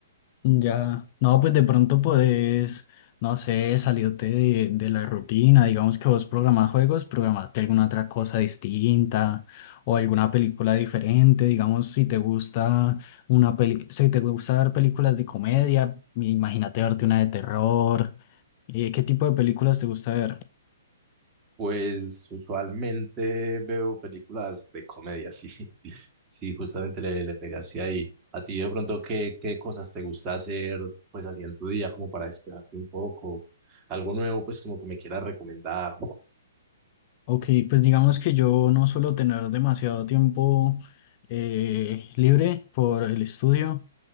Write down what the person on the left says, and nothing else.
Ya, no, pues de pronto podés, no sé, salirte de, de la rutina, digamos que vos programás juegos, programate alguna otra cosa distinta o alguna película diferente, digamos, si te gusta una peli, si te gusta ver películas de comedia, imagínate verte una de terror, eh, ¿qué tipo de películas te gusta ver?
Ok, pues digamos que yo no suelo tener demasiado tiempo eh, libre por el estudio.